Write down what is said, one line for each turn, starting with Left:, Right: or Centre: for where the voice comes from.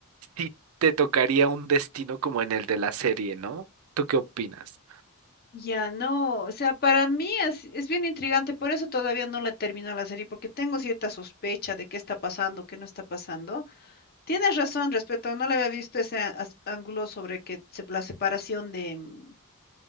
Right: si te tocaría un destino como en el de la serie, ¿no? ¿Tú qué opinas?
Left: Ya no, o sea, para mí es, es bien intrigante, por eso todavía no la termino la serie, porque tengo cierta sospecha de qué está pasando, qué no está pasando. Tienes razón respecto, no le había visto ese a- as- ángulo sobre que se- la separación de, mm,